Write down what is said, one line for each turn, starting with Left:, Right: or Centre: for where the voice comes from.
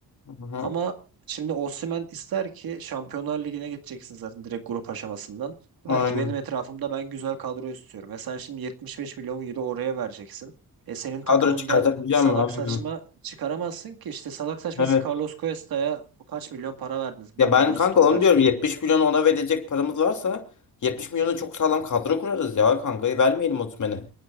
Left: Hı hı.
Right: Ama şimdi Osimhen ister ki Şampiyonlar Ligi'ne gideceksin zaten direkt grup aşamasından.
Left: Aynen.
Right: Der ki benim etrafımda ben güzel kadro istiyorum. E sen şimdi 75 milyon euro oraya vereceksin. E senin
Left: Kadro
Right: takımında
Left: çıkartabileceğim
Right: salak
Left: mi? Aynen.
Right: saçma çıkaramazsın ki. İşte salak saçması
Left: Evet.
Right: Carlos Cuesta'ya kaç milyon para verdiniz? Bomboş
Left: Ya ben kanka
Right: stoper.
Left: onu diyorum 70 milyonu ona verecek paramız varsa 70 milyonu çok sağlam kadro kurarız ya kanka vermeyelim Osimhen'e.